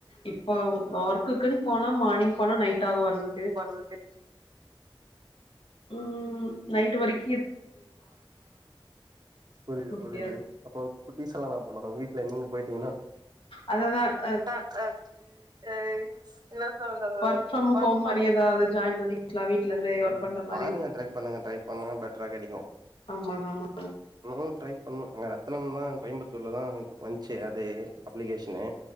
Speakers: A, on the left (about 80°); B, on the right (about 50°).
A: இப்போ ஒர்க்குக்குன்
B: ஆ
A: போனா மார்னிங் போனா நைட் ஆகு வர்றது
B: போறதுக்கு
A: ம் நைட்டு வரைக்
B: புரிது
A: முடியாது
B: புரிது அப்ப குட்டீஸெல்லா என்னா பண்றது இல்ல நீங்க போயிட்டிங்னா
A: அததா அ
B: ஆ ஆ அ என்ன சொல்றது
A: ஒர்க்
B: ஒர்க் ஃப்ரம்
A: மாரி
B: ஹோம்
A: ஏதாவது ஜாயின் பண்ணிக்கலா வீட்ல இருந்தே
B: ம்
A: ஒர்க் பண்ற மாரி
B: பாருங்க ட்ரை பண்ணுங்க ட்ரை பண் ணா பெட்டரா கெடைக்கு
A: ஆமாங்க ஆமா
B: இன்னு ட்ரை பண்ணு அங்க ரத்தனம் தா கோயம்புத்தூர்ல தா வந்ச்சு அது அப்ளிகேஷனு